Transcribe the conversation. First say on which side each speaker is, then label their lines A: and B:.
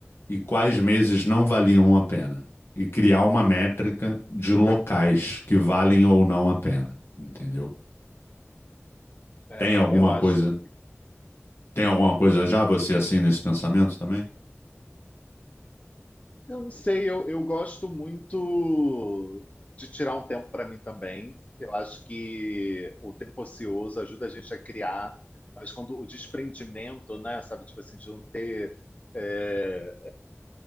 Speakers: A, on the left (about 60°); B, on the left (about 30°).
A: e quais meses não valiam a pena. E criar uma métrica de locais que valem ou não a pena, entendeu?
B: É,
A: Tem alguma
B: eu acho
A: coisa, tem alguma coisa já você assim nesse pensamento também?
B: Eu não sei, eu, eu gosto muito de tirar um tempo para mim também. Eu acho que o tempo ocioso ajuda a gente a criar, mas quando o desprendimento, né, sabe, tipo assim, de não ter, é,